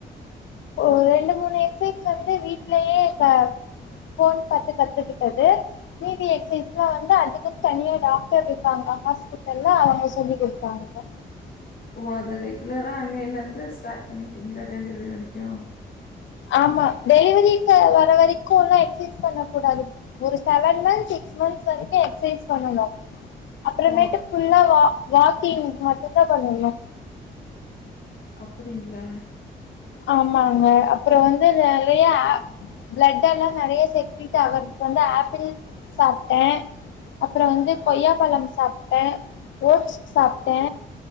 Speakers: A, on the left; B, on the left.
A: ஓ ரெண்டு மூணு எக்ஸ்சைஸ் வந்து வீட்லயே ஃபோன் பாத்து கத்துக்கிட்டது மீதி எக்ஸ்சைஸ்யெல்லாம் வந்து அதுக்கு தனியா டாக்டர் இருக்காங்க ஹாஸ்பிட்டல்லே அவங்க சொல்லி குடுத்தாங்க
B: ஓ அதது ரெகுலரா அன்னையிலே இருந்து ஸ்டார்ட் பண்ணிட்டீங்களா டெலிவரி வரைக்கும்
A: ஆமா டெலிவரிக்கு வர வரைக்குலா எகஸ்சைஸ் பண்ணகூடாது ஒரு செவன் மன்த் சிக்ஸ் மன்த்ஸ் வரைக்கு எக்ஸ்சைஸ் பண்ணணு அப்புறமேட்டு
B: ஓ! அப்
A: புல்லா வா வாக்கிங் மட்டும்தா பண்ணனு
B: அப்டிங்களா
A: ஆமாங்க அப்புறோ வந்து நெறைய ஆப் பிளட் எல்லா நெறைய சேக்டிக் அவறதுக்கு வந்து ஆப்பிள் சாப்பிட்டே அப்புறோ வந்து கொய்யாப்பழம் சாப்பிட்டே ஓட்ஸ் சாப்பிட்டே